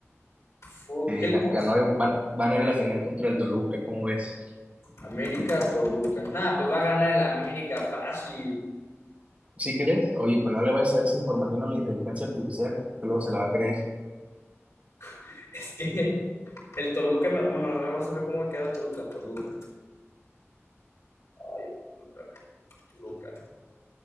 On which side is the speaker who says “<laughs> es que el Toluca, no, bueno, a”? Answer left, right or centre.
Left